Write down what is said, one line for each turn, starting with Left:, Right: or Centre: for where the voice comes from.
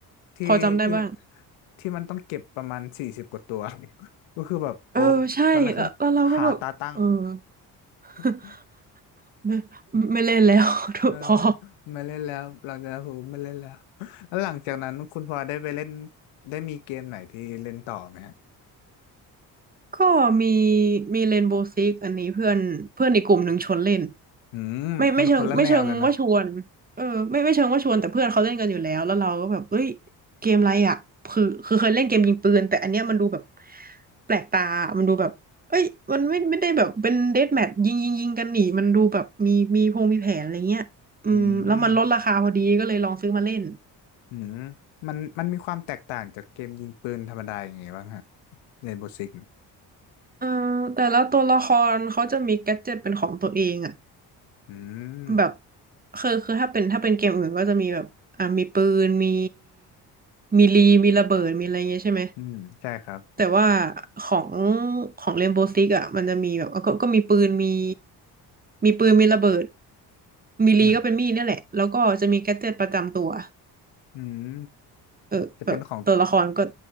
Left: ที่ที่
Right: พอจำได้บ้าง
Left: ที่มันต้องเก็บประมาณสี่สิบกว่าตัว <laughs> ก็คือแบบโอ้
Right: เออใช่แล้วแล้วเราก็แบบเออ
Left: ตอนนั้นคือหาตาตั้ง
Right: <laughs>
Left: <laughs>
Right: ไม่ไม่เล่นแล้ว <laughs>
Left: เออ
Right: พอ
Left: ไม่เล่นแล้วเราจะหูไม่เล่นแล้ว <laughs> แล้วหลังจากนั้นคุณพลอยได้ไปเล่นได้มีเกมไหนที่เล่นต่อไหมฮะ
Right: ก็มีมีเรนโบว์ซิกอันนี้เพื่อนเพื่อนอีกกลุ่มหนึ่งชวนเล่น
Left: อืมมันคนละแนวเลยนะ
Right: ไม่ไม่เชิงไม่เชิงว่าชวนเออไม่ไม่เชิงว่าชวนแต่เพื่อนเขาเล่นกันอยู่แล้วแล้วเราก็แบบเอ้ยเกมอะไรอ่ะคือคือเคยเล่นเกมยิงปืนแต่อันเนี้ยมันดูแบบแปลกตา มันดูแบบเอ้ยมันไม่ไม่ได้แบบเป็นเดธแมทยิงยิงยิงกันหนีมันดูแบบมีมีพงมีแผนอะไรเงี้ยอืมแล้วมันลดราคาพอดีก็เลยลองซื้อมาเล่น
Left: อืมอืมมันมันมีความแตกต่างจากเกมยิงปืนธรรมดาอย่างไงบ้างฮะเรนโบว์ซิก
Right: เอ่อแต่ละตัวละครเขาจะมีแกดเจ็ตเป็นของตัวเองอ่ะ
Left: อืม
Right: แบบคือคือถ้าเป็นถ้าเป็นเกมอื่นก็จะมีแบบอ่ามีปืนมีมีลีมีระเบิดมีอะไรเงี้ยใช่ไหม
Left: อืมใช่ครับ
Right: แต่ว่าของของเรนโบว์ซิกอ่ะมันจะมีแบบก็ก็มีปืนมีมีปืนมีระเบิดมีลีก็เป็นมีดเนี่ยแหละแล้วก็จะมีแกดเจ็ตประจำตัว
Left: อืมอืม
Right: เออแบบตัวละครก็
Left: จะเป็นของ